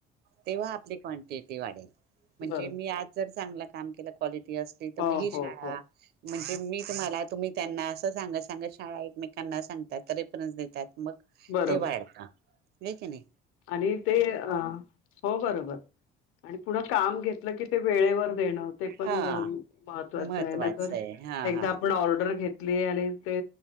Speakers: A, on the right; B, on the left.
A: तेव्हा आपली क्वांटिटी. <unintelligible> म्हणजे
B: बरोबर
A: मी आज जर. चांगल काम के कॉलिटी. असती तर
B: हो
A: मग ही शाळा.
B: हो हो
A: म्हणजे 'मी तुम्हाला तुम्ही त्यांना असं सांगात सांगत शाळा एकमेकांना सांगतात, रेफरन्स देतात. मग
B: बरोबर
A: ते वाढत. हे किणी
B: आणि ते, हो बरोबर आणि पुढं काम घेतलं की ते वेळेवर. देणं. ते पण
A: हा
B: महत्वाच
A: महत्त्वाचं
B: आहे नाही तर
A: आहे हा
B: एखादा
A: हा
B: आपण ऑर्डर घेत आणि ते